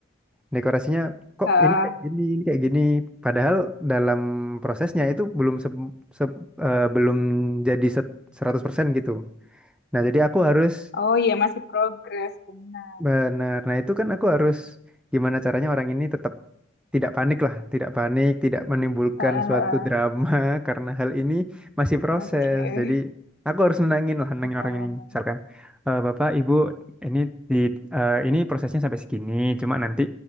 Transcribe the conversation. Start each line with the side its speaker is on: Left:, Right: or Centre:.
Centre: Dekorasinya kok
Left: Ah,
Centre: ini kayak gini, ini kayak gini. Padahal dalam prosesnya itu belum se- se- eh, belum jadi se- 100% gitu. Nah, jadi aku harus
Left: oh iya, masih progres, benar.
Centre: Benar. Nah, itu kan aku harus gimana caranya orang ini tetap tidak panik lah, tidak panik, tidak menimbulkan
Left: Ah, ah,
Centre: suatu
Left: ah.
Centre: drama <laughs> karena hal ini masih proses.
Left: Oke,
Centre: Jadi aku harus nenangin lah, nenangin
Left: benar-benar.
Centre: orang ini. Misalkan, "Eh, Bapak, Ibu, ini di eh, ini prosesnya sampai segini, cuma nanti